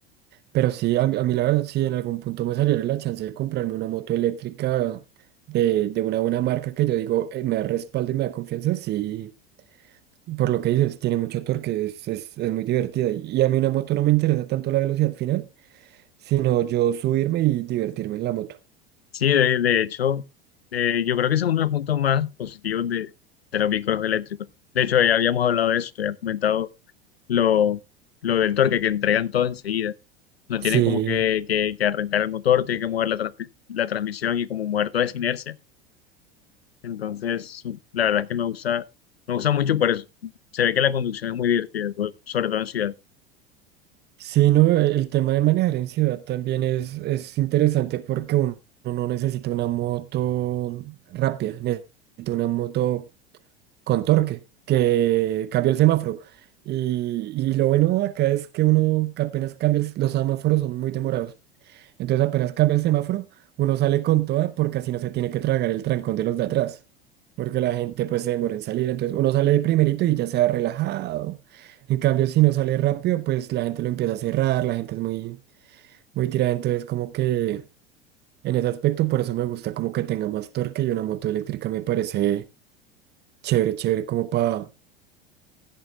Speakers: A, on the right (about 35°); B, on the left (about 75°).
A: Pero sí, a mí, a mí la verdad, sí, en algún punto me saliera la chance de comprarme una moto eléctrica de, de una buena marca que yo digo, eh, me da respaldo y me da confianza, sí, por lo que dices, tiene mucho torque, es, es, es muy divertida. Y y a mí una moto no me interesa tanto la velocidad final, sino yo subirme y divertirme en la moto.
B: Sí, de, de hecho, eh, yo creo que ese es uno de los puntos más positivos de, de los vehículos eléctricos. De hecho, ya habíamos hablado de eso, te había comentado lo, lo del torque, que entregan todo enseguida. No
A: Sí,
B: tienen como que, que- que arrancar el motor, tienen que mover la, transpi- la transmisión y como mover toda esa inercia. Entonces, la verdad es que me gusta, me gusta mucho por eso. Se ve que la conducción es muy divertida, so- sobre todo en ciudad.
A: sí, no, el tema de manejar en ciudad también es, es interesante porque uno, uno no necesita una moto rápida, necesita una moto con Torque, que cambió el semáforo. Y, y lo bueno de acá es que uno que apenas cambia, el- los semáforos son muy demorados. Entonces apenas cambia el semáforo, uno sale con toda porque así no se tiene que tragar el trancón de los de atrás. Porque la gente pues se demora en salir. Entonces uno sale de primerito y ya se va relajado. En cambio, si no sale rápido, pues la gente lo empieza a cerrar, la gente es muy, muy tirada. Entonces como que en ese aspecto por eso me gusta como que tenga más torque y una moto eléctrica me parece chévere, chévere como para